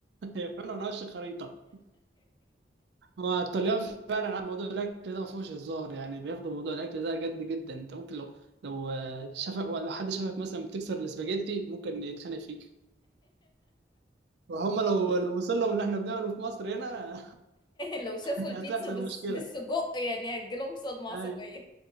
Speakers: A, on the right; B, on the left.
A: هيفرقوا <laughs> نقش الخريطه هو الطليان فعلا على موضوع الاكل ده ما فيهوش هزار يعني بياخدوا موضوع الاكل ده جد جدا انت ممكن لو لو شافك لو حد شافك مثلا بتكسر الاسباجيتي ممكن يتخانق فيك وهم لو لو وصل لهم اللي احنا بنعمله في مصر هنا
B: لو شافوا
A: <laughs>
B: البيتزا
A: هتحصل
B: بس
A: مشكله
B: بالسجق يعني هتجيلهم صدمه عصبيه
A: اي